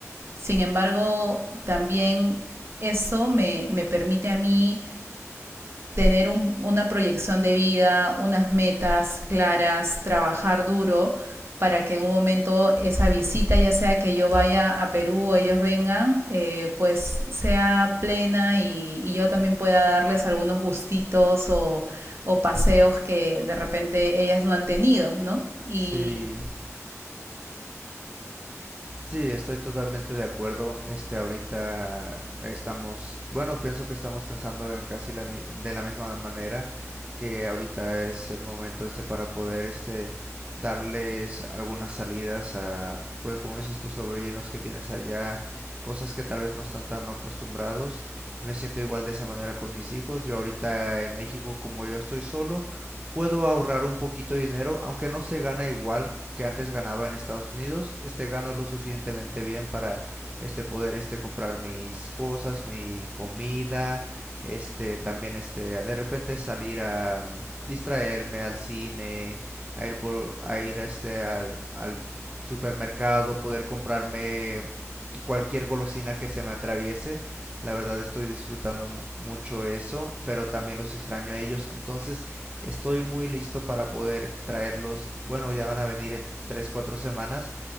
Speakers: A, on the right; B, on the right.
A: Sin embargo, también eso me, me permite a mí tener un- una proyección de vida, unas metas claras, trabajar duro para que en un momento esa visita, ya sea que yo vaya a Perú o ellos vengan, eh, pues sea plena y, y yo también pueda darles algunos gustitos o, o paseos que de repente ellas no han tenido, ¿no? Y,
B: Sí, Sí, estoy totalmente de acuerdo. Este, ahorita estamos, bueno, pienso que estamos pensando en casi la mi- de la misma manera que ahorita es el momento este para poder este darles algunas salidas a, pues como dices tus sobrinos que tienes allá, cosas que tal vez no están tan acostumbrados. Me siento igual de esa manera con mis hijos. Yo ahorita en México, como yo estoy solo, puedo ahorrar un poquito de dinero, aunque no se gana igual que antes ganaba en Estados Unidos, este gano lo suficientemente bien para este poder este comprar mis cosas, mi comida, este también este de repente salir a um, distraerme al cine, a ir por a ir este al, al supermercado, poder comprarme cualquier golosina que se me atraviese. La verdad estoy disfrutando mucho eso, pero también los extraño a ellos. Entonces, Estoy muy listo para poder traerlos. Bueno, ya van a venir en 3, 4 semanas